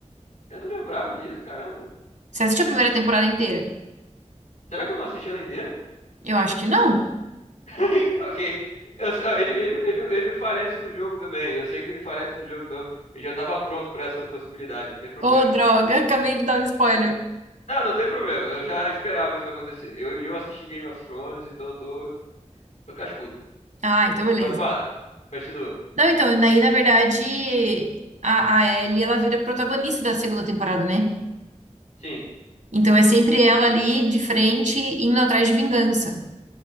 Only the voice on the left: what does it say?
eu não lembrava disso, caramba.
Será que eu não assisti ela inteira?
<laughs> Ok. Eu- sei- ó, ele, ele, ele, ele falece no jogo também. Eu sei que ele falece no jogo, então eu já tava pronto pra essa possibilidade, não tem problema.
Não, não tem problema. Eu já esperava isso acontecer. Eu, e eu assisti Game of Thrones, então eu tô, tô cascudo.
Mas fala, continua.
Sim.